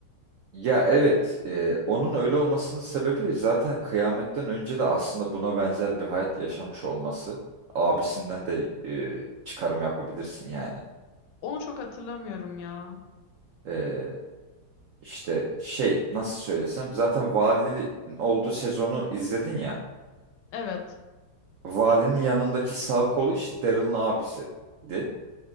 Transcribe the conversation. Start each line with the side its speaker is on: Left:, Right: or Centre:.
Right: Ya evet e, onun öyle olmasının sebebi zaten kıyametten önce de aslında buna benzer bir hayat yaşamış olması. Abisinden de e, çıkarım yapabilirsin yani.
Left: onu çok hatırlamıyorum ya.
Right: E, İşte şey nasıl söylesem zaten valinin olduğu sezonu izledin ya.
Left: Evet.
Right: Valinin yanındaki sağ kolu işte Daryl'ın abisiydi.